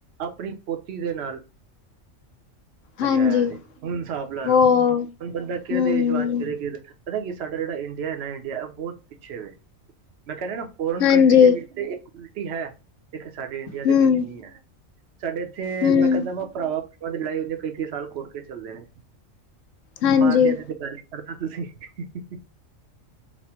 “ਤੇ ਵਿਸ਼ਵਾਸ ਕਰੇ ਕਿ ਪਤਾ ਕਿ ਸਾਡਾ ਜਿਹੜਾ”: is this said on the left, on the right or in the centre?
Right